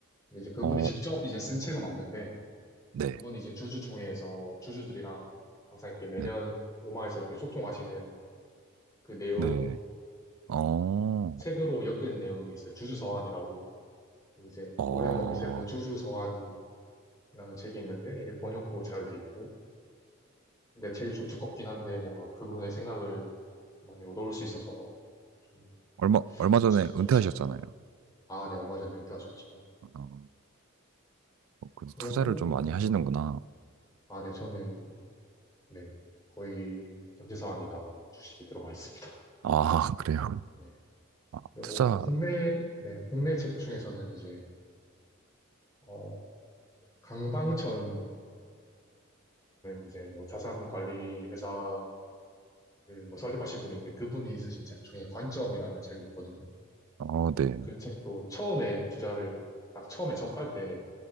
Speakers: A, on the left; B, on the right.
A: 근데 이제 그분이
B: 어,
A: 직접 이제 쓴 책은 없는데
B: 네.
A: 그분이 이제 주주총회에서 주주들이랑 항상 이렇게 매년
B: 네.
A: 오마에서 이렇게 소통하시는 그 내용을
B: 네. 어.
A: 책으로 엮은 내용이 있어요. 주주 서한이라고 이제
B: 어,
A: 워렌 버핏의 뭐 주주 서한이라는 책이 있는데 이게 번역도 잘 돼 있고 근데 책이 좀 두껍긴 한데 뭔가 그분의 생각을 많이 얻어올 수 있어서 좀
B: 얼마, 얼마
A: 좋지
B: 전에
A: 좋지
B: 은퇴하셨잖아요.
A: 않나. 아, 네 얼마 전에 은퇴하셨죠.
B: 어, 어, 그래서
A: 그러고
B: 투자를 좀
A: 뭐
B: 많이 하시는구나.
A: 아, 네 저는 네, 거의 전재산이 다 주식이 들어가 있습니다.
B: 아, <laughs> 그래요.
A: <laughs> 네,
B: 아,
A: 그리고
B: 투자,
A: 뭐 국내, 네, 국내 책 중에서는 이제 어, 강방천씨라는 이제 뭐 자산 관리 회사를 뭐 설립하신 분이 있는데 그분이 쓰신 책 중에 관점이라는 책이 있거든요.
B: 어, 네.
A: 저는 그 책도 처음에 투자를 딱 처음에 접할 때